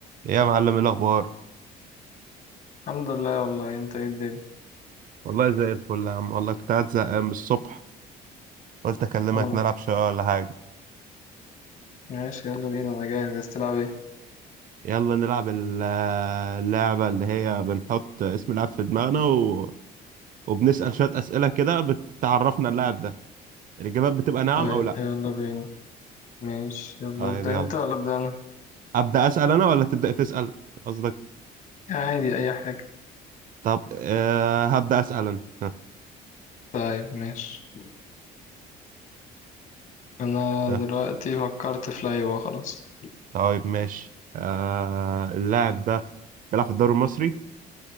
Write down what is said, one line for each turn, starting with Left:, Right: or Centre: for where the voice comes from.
Right: ايه يا معلم ايه الاخبار
Left: الحمد لله والله انت ايه الدنيا
Right: والله زي الفل يا عم والله كنت قاعد زهقان من الصبح قلت اكلمك
Left: اه
Right: نلعب شويه ولا حاجه
Left: ماشي يلا بينا انا جاهز عايز تلعب ايه
Right: يلا نلعب ال- اللعبه اللي هي بنحط اسم اللاعب في دماغنا و... وبنسال شويه اسئله كده بتعرفنا اللاعب ده الاجابات بتبقى نعم
Left: طيب
Right: او لا
Left: يلا بينا ماشي يلا
Right: طيب
Left: ابدأ
Right: يلا
Left: انت ولا ابدأ انا
Right: ابدا اسال انا ولا تبدا تسال قصدك
Left: عادي اي حاجة
Right: طب أه هبدا اسال انا ها،
Left: طيب ماشي انا
Right: ها.
Left: دلوقتي فكرت في لعيبة خلاص
Right: طيب ماشي أه اللاعب ده بيلعب في الدوري المصري